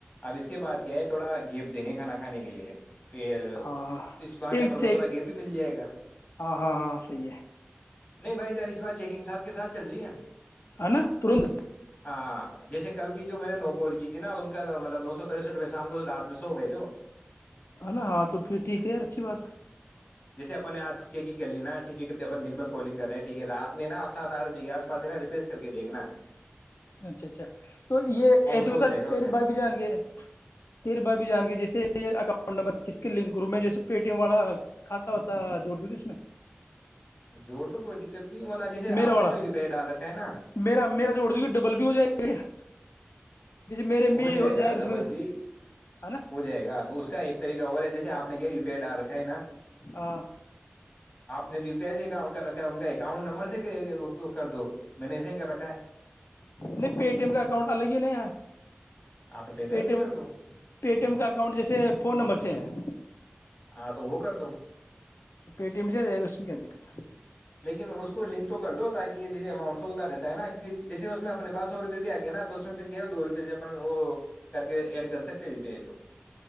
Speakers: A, on the left (about 30°); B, on the left (about 75°).
A: اب اس کے بعد کیا ہے تھوڑا گیف دیں گے کھانا کھانے کے لیے پ
B: ہاں
A: تو اس بہانے
B: ایک
A: اپن
B: چیک
A: کو تھوڑا گیپ بھی مل جائے گا
B: ہاں ہاں ہاں صحیح ہے
A: نہیں بھائی ار اس بار چیکنگ سھ کے ساتھ چل رہی ہے
B: ہے نا ترنت
A: ہاں جیسے کل کی جو میں نے نوگول کی تھی نا ان کا مطلب نو سو ترسٹ روپئے شام کو رات میں سو گئے تھے
B: ہے نا ہاں تو پھر ٹھیک ہے یار اچھی بات ہے
A: جیسے اپنے نے آج کو چیکنگ کر ل نا ٹھیک ہے کہ دن بھر کالنگ کر رہے ہیں ٹھیک ہے رات میں نا آ سات آٹ بجے گے آس پا ہے نا ریپریس کر کے دیکھ نا
B: اچھا اچھا تو یہ ایسے
A: سے
B: بتا
A: ہو جائے گا
B: تیر
A: اس میں
B: بائی بھی جان کے تیر بائی بھی جان کے جیسے یہ اکاؤنٹ نمبر کس کے لنک کروں میں جیسے پے ٹی ایم والا کھاتا ہوتا جوڑ دوں اس میں
A: جوور تو کوئی دقت نہیں ورنہ جیسے
B: میرا
A: آپ
B: والا
A: نے جو یو پی آئی ڈال رکھا ہے نا
B: میرا میرا جوڑ دوں گی ڈبل بھی ہو جائے گا <unintelligible> جیسے میرے میں بھی
A: ہو جائے گا
B: اس
A: ڈبل
B: میں
A: بھی
B: ہے نا
A: ہو جائے گاب اس کا ایک طریق اور ہے جیسےپ نے یہ یو پیئی ڈ رکھا ہےا
B: ہ
A: نہیں توی پی ان ااؤنٹ نمبر کر دو میں نے ایسے ہی کر رکھا ہے
B: نہیں پے ٹی ایم کا اکاؤنٹ الگ ہی نا یار
A: ہاں تو
B: پے
A: سے
B: ٹی ایم
A: کر دو
B: پے ٹی ایم کا اکاؤنٹ جیسے فون نمبر سے ہیں
A: ہاں تو وہ کر دو
B: ٹی ایم سے آ جائے گا اس میں کیا دقت ہے
A: لیکن اس کو لنک تو کر دو تاکہ یہ جیسے اماؤنٹ س ہوتا رہتا ہے نا کیہ جیسے اس میں اپنے پا سو روپئے بھی آ گیا نا تو اس میں پھر کیا دو روپ سے وہ کر کے ایڈ کر سکتے یو پی آئی تو